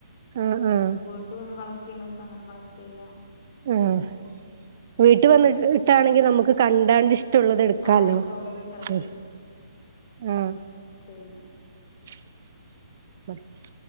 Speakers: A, on the right; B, on the left.
A: അ ആഹ്
B: ഇവിട വന്ന് കളക്ട് ചെയണോൽക്ക് അങ്ങനെ കളക്ട് ചെയ്യ
A: ഉം വീട്ട് വന്നിട്ടിട്ടാണെങ്കിൽ നമുക്ക് കണ്ടാണ്ട് ഇഷ് ഷ്ടള്ളത് എടുക്കാലോ
B: ആ ഇഷ്ടമുള്ളത് സെലക്ട്
A: ഉം ആഹ്
B: ചെയ്യാൻ
A: <unintelligible>